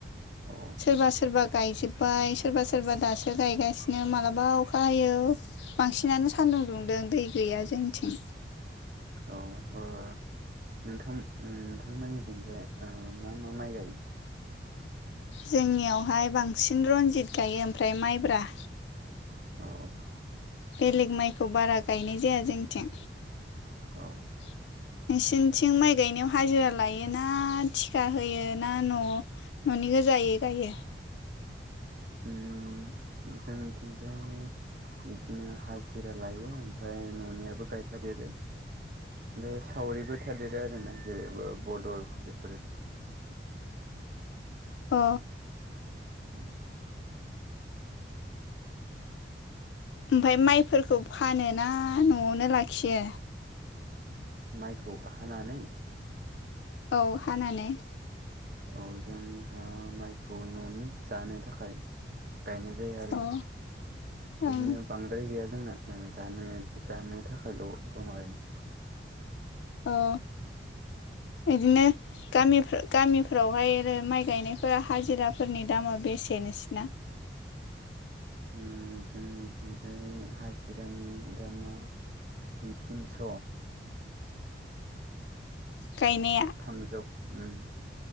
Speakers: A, on the right; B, on the left.
A: औ
B: सोरबा सोरबा गायजोब्बाय सोरबा सोरबा दासो गायगासिनो मालाबा अखा हायो। बांसिनानो सानदुं दुंदों दै गैया जोंनिथिं।
A: औ ओ नोंथां नोंथांमोननिजोंजाय ओ मा मा माइ गायो?
B: जोंनियावहाय बांसिन रनजित गायो ओमफ्राय माइब्रा।
A: औ
B: बेलेग माइखौ बारा गायनाय जाया जोंथिं।
A: औ
B: <inaudible> नोंसिनिथिं माइ गायनायाव हाजिरा लायो ना थिखा होयो ना न' न'नि गोजायै गायो?
A: उम जोंनिथिंजाय बिदिनो हाजिरा लायो ओमफ्राय न'नियाबो गायफादेरो। बे सावरिबो थादेरो आरोना जेरैबो बदल बेफोरो।
B: अ
A: उम
B: ओमफाय माइफोरखौ फानो ना न'आवनो लाखियो?
A: माइखौ हानानै
B: औ हानानै
A: औ जोंहा माइखौ न'नि जानो थाखाय गायनाय जायो आरो ना
B: अ
A: बिदिनो
B: ओं
A: बांद्राय गैया जोंना। उम जानो जानो थाखायल' दं आरोना?
B: औ इदिनो गामिफो गामिफोरावहाय रो माइ गायनायफोरा हाजिराफोरनि दामा बेसे नोंसोरना?
A: उम जोंनिथिंजाय हाजिरानि दामा तिनस'
B: गायनाया
A: थामजौ उम